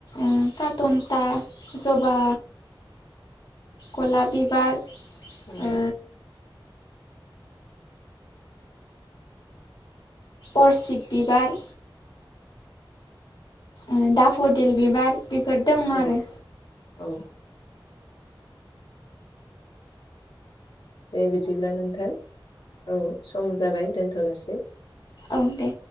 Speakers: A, on the left; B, on the left.
A: ओ काटन्था जबा गलाब बिबार
B: औ
A: ओ अरसिब बिबार ओ दा फडेल बिबार बेफोर दङ
B: औ
A: आरो
B: औ दे बिदिब्ला नोंथां औ सम जाबाय दोनथ'नोसै
A: औ दे